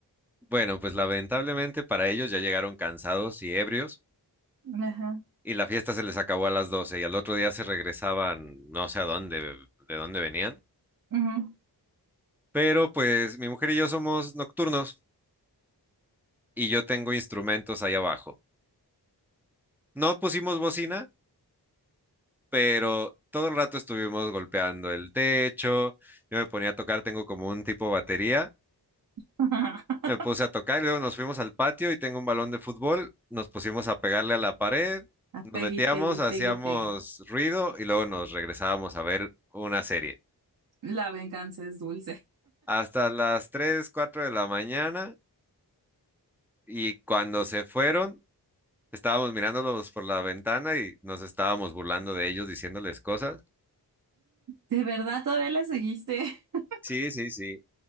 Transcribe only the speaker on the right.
Ajá.
ujú.
<laughs>
A
Peggy,
Peggy,
Peggy, Peggy.
La venganza es dulce.
¿De verdad todavía la seguiste? <laughs>